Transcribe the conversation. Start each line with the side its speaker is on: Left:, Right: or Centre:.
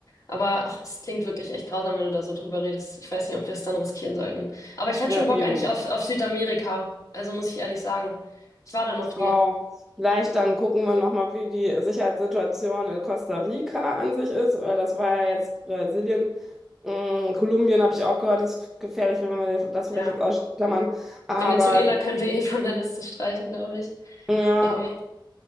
Left: Aber ach, es klingt wirklich echt grausam, wenn du da so drüber redest. Ich weiß nicht, ob wir es dann riskieren sollten. Aber ich hätte
Centre: Ja,
Left: schon Bock
Centre: eben.
Left: eigentlich auf, auf Südamerika. Also muss ich ehrlich sagen. Ich war da noch
Centre: Genau.
Left: nie.
Centre: Vielleicht dann gucken wir nochmal, wie die Sicherheitssituation in Costa Rica an sich ist, weil das war ja jetzt Brasilien. Mm, Kolumbien habe ich auch gehört, ist gefährlich, wenn wir das
Left: Ja.
Centre: vielleicht jetzt ausklammern. Aber
Left: Venezuela können wir eh von der Liste streichen, glaube ich.
Centre: ja,
Left: Ähm,